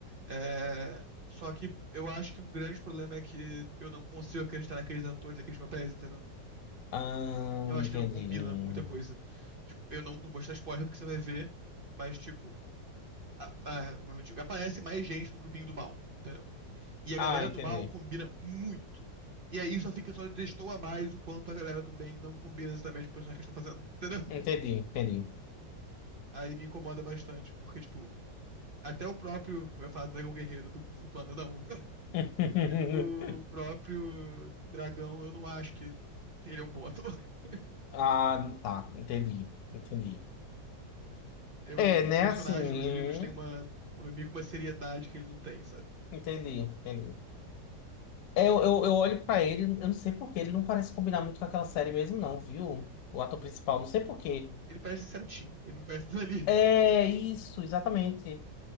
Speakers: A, on the right; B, on the left.
A: É, só que eu acho que o grande problema é que eu não consigo acreditar naqueles atores, naqueles papéis, entendeu?
B: Ah,
A: Eu acho
B: entendi.
A: que não combina muita coisa. Tipo, eu não, não vou estar spoiler porque você vai ver, mas, tipo, a- a- como eu digo, aparece mais gente do grupinho do mal, entendeu? E a
B: Ah,
A: galera
B: entendi.
A: do mal combina muito. E aí só fica, só destoa mais o quanto a galera do bem não combina exatamente com o personagem que eles estão fazendo, <laughs> entendeu?
B: Entendi, entendi.
A: Aí me incomoda bastante, porque, tipo, até o próprio, vai falar do Dragão Guerreiro, do Kung Fu Panda, não.
B: <laughs>
A: o próprio dragão, eu não acho que ele é um bom ator. <laughs>
B: Ah, tá, entendi, entendi.
A: Eu,
B: É, né,
A: o personagem
B: assim, hum,
A: nos livros tem uma, uma- meio que uma seriedade que ele não tem, sabe?
B: entendi, entendi. É, eu, eu, eu olho pra ele, eu não sei por quê, ele não parece combinar muito com aquela série mesmo, não, viu? O ator principal, não sei por quê.
A: Ele parece certinho, ele não parece <laughs> dali.
B: É, isso, exatamente,